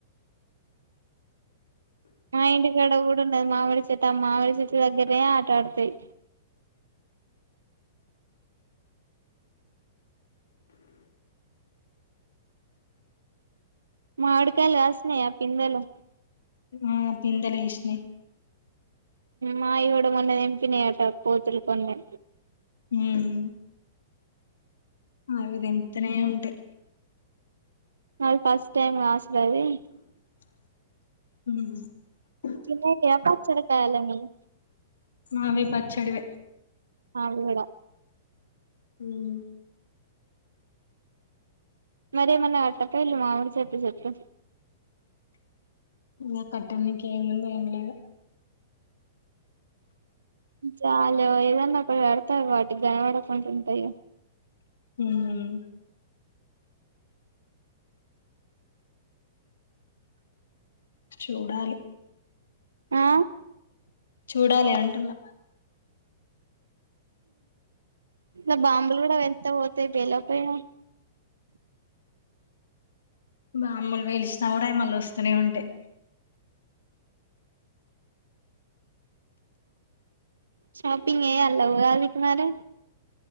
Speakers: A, on the right; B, on the left.
A: మా ఇంటి గడ కూడా ఉన్నది మామిడి చేత ఆ మామిడి చేత్త దగ్గరనే ఆట ఆడతాయి మామిడి కాయలు కాసినయా పిందలు
B: ఆ పింద లేసినాయ్
A: మాయి గూ‌డ మొన్న తెంపినియట కోతులు కొన్ని
B: మ్.. అవి తెంపుతూనే ఉంటాయి
A: మవి ఫస్ట్ టైం కాసినవీ
B: మ్
A: చిన్నయ్యి పచ్చడి కాయలేమొ లె
B: మావి పచ్చడివె
A: మావి గూడ
B: మ్
A: మరి ఏమన అట్టకపోయిల్లు మావిడి చెట్టు చెప్పు
B: అ కట్ట నీకి ఏమున్నాయ్ ఏమిలేదు
A: చాలు ఏదన్నా ఒకటి పెడతారు వాటికి గనపడకుండుంట అయి
B: మ్ చూడాలి
A: ఆ
B: చూడాలి అంటున్నా
A: ఇలా బాంబులు కూడా వెళ్త పోతాయి పేలకపోయినావా
B: బాంబులు పేల్చిన కూడా అయి మళ్ళా వస్తూనే ఉంటాయి
A: షాపింగ్ ఏ అలా ఉగాదికి మరి